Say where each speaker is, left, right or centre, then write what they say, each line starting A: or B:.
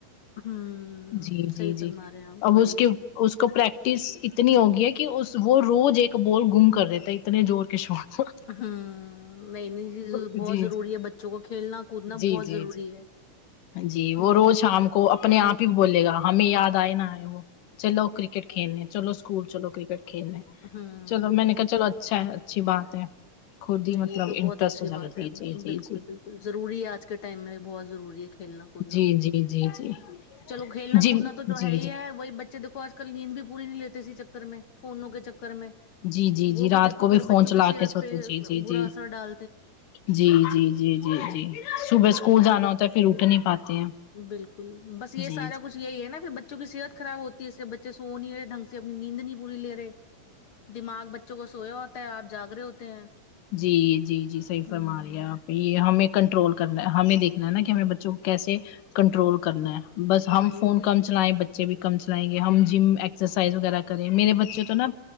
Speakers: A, on the left; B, on the left.
A: ہوں
B: جی
A: صحیح
B: جی
A: فرما
B: جی
A: رہے ہیں آپ
B: اب
A: وہی
B: اس کے اس کو پریکٹس اتنی ہوگی ہے کہ وہ روز ایک بال گم کر رہتا ہے اتنے زور کے شارٹ کو
A: ہاں نئی نئی چیزوں
B: جی
A: بہت ضروری ہے بچوں کو کھیلنا کودنا
B: جی جی
A: بہت
B: جی
A: ضروری
B: جی
A: ہے
B: جی
A: ہوں
B: وہ روز شام کو اپنے آپ ہی بولے گا ہمیں یاد آئے نہا آئے وہ چلو کرکٹ کھیلنے چلو اسکول چلو کرکٹ کھیلنے
A: ہوں
B: چلو میں نے کہا چلو اچھا ہے اچھی بات ہے خود ہی
A: نہیں
B: مطلب
A: یہ تو
B: انٹرسٹ
A: بہت اچھی
B: ہو جا
A: بات
B: کے
A: ہے
B: جی جی
A: بالکل بالکل ضروری ہے آج کے ٹائم میں بہت ضروری ہے کھیلنا کودنا
B: جی جی جی جی جی
A: چلو کھیلنا
B: جی
A: کودنا
B: جی جی
A: تو جو ہے ہی
B: جی جی
A: ہے وہی بچے دیکھو کل نیند بھی پوری نہیں لیتے اسی چکر میں فونوں کے چکر میں
B: جی جی
A: وہ
B: جی
A: بھی
B: رات
A: دیکھو
B: کو
A: پھر
B: فون
A: بچوں
B: چلا
A: کی صحت
B: کے سوتے
A: پہ
B: جی جی
A: برا
B: جی
A: اثر ڈال
B: جی جی جی جی جی صبح اسکول
A: ہ
B: جانا ہوتا ہے پھر اٹھ نہیں پاتے ہیں
A: بالکل بس یہ
B: جی
A: سارا کچھ یہی ہے نا پھر بچوں کی صحت خراب ہوتی ہے اس سے بچے سو نہیں رہے ڈھنگ سے اپنی نیند نہیں پوری لےرے دماغ بچوں کا سویا ہوتا ہے آپ جاگرے ہوتے ہیں
B: جی جی جی صحیح
A: ہوں
B: فرما رہی ہے آپ یہ ہمیں کنٹرول کرنا ہمیں دیکھنا ہے نا کہ ہمیں بچوں کو کیسے کنٹرول کرنا ہے بس ہم
A: وہی
B: فون کم سے چلائیں بچے بھی کم چلائیں گے ہم جم ایکسرسائز وغیرہ کریں میرے بچے تو نا